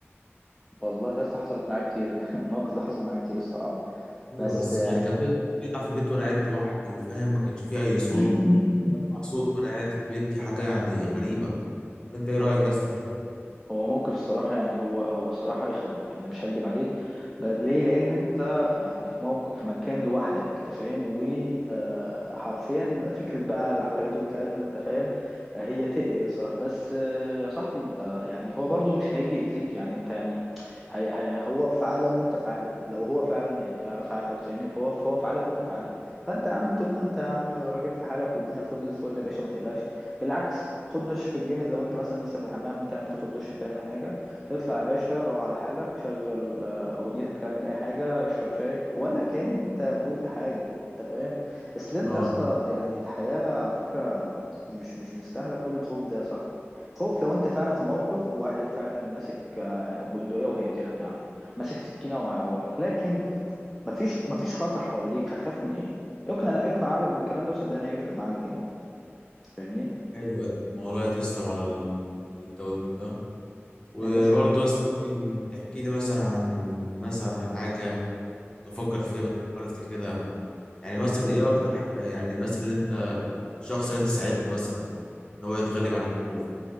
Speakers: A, in the centre; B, on the left (about 20°).
A: والله يا اسطى حصلت معايا كتير <laughs> الموقف ده حصل معايا كتير الصراحه
B: ايوه
A: بس
B: بس يعني كان بيقطع بيقطع في البيت وانا قاعد لوحدي وفاهم ما كانش فيه اي صوت
A: <clears throat>
B: بسمع
A: <coughs>
B: صوت وانا قاعد في البيت دي حاجه يعني غريبه انت ايه
A: والله
B: رايك يا اسطى في الحوار
A: هو موقف الصراحة يعني هو هو الصراحة يخوف يعني مش هكدب عليك ب- ليه لأن أنت يعني في موقف في مكان لوحدك أنت فاهم وحرفيا فكرة بقى العفاريت والكلام ده أنت فاهم آه، هي تقلق الصراحة بس آه، يا صاحبي أنت يعني هو برضو مش هيجي يأذيك يعني أنت يعني هي هي هو في عالم وأنت في عالم لو هو فعلا يعني في ع- في عفاريت فاهمني فهو فهو في عالم وأنت في عالم فأنت يا عم طول ما أنت يا عم راجل في حالك والدنيا فل الفل يا باشا ما تقلقش بالعكس خد دشك الجامد لو انت مثلا لسه في الحمام بتعمل بتاخد دش بتعمل حاجه اطلع يا باشا روح على حالك شغل آه، اغنيتك اعمل اي حاجه اشرب شايك ولا كان انت برو في حاجه انت فاهم اصل انت
B: اه
A: يا اسطى يعني الحياه على فكره مش مش مستاهله كل الخوف ده يا صاحبي خوف لو انت فعلا في موقف واحد فعلا ماسك آه، بندقيه وهيقتلك يا عم ماسك سكينه وهيعورك لكن مفيش مفيش خطر حواليك هتخاف من ايه اقنع اقنع عقلك بالكلام ده صدقني هيفرق معاك جامد فاهمني
B: حلو الموضوع تسلم على ال- اللي انت قلته ده وبرضه
A: يا باشا
B: يا اسطى ممكن تحكي لي مثلا عن مثلا حاجه تفكر فيها بس بتحاول افتكرها يعني مثلا ايه اكتر ح- يعني مثلا اللي انت الشخص اللي انت ساعدته مثلا ان هو يتغلب عن الخوف